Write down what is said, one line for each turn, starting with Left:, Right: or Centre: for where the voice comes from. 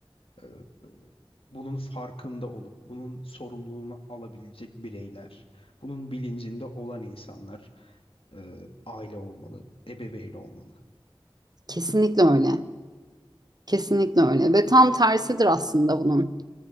Left: Ee, bunun farkında olup bunun sorumluluğunu alabilecek bireyler, bunun bilincinde olan insanlar e, aile olmalı, ebeveyn olmalı.
Right: Kesinlikle öyle. Kesinlikle öyle ve tam tersidir aslında bunun.